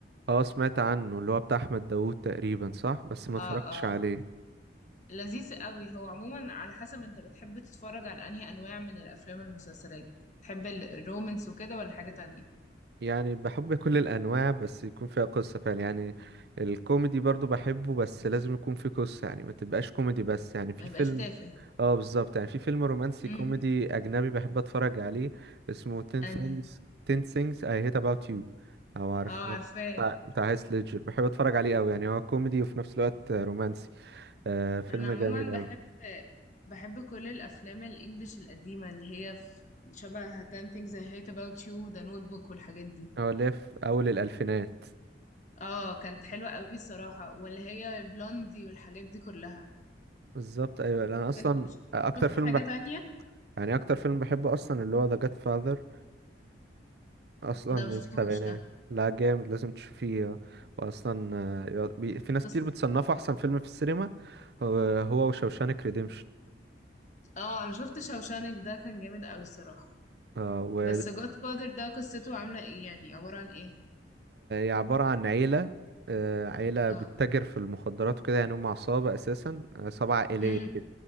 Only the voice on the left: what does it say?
اه اه
لذيذ قوي هو عموما على حسب انت بتحب تتفرج على انهي انواع من الافلام والمسلسلات تحب الرومانس وكده ولا حاجة تانية
ما يبقاش
تافه
امم
انهي
اه عارفاه
انا عموما
بحب
بحب كل الافلام الانجليش القديمه اللي هي في شبه 10 things I hate about you The notebook والحاجات دي
اه كانت حلوه قوي صراحه واللي هي البلوندي والحاجات دي كلها
انت ش-
شفت
حاجه
تانية
ده
ما شفتوش
ده
بس
اه انا شفت شوشانك ده كان جامد قوي صراحه
بس God Father ده قصته عامله ايه يعني عباره عن ايه
اه
امم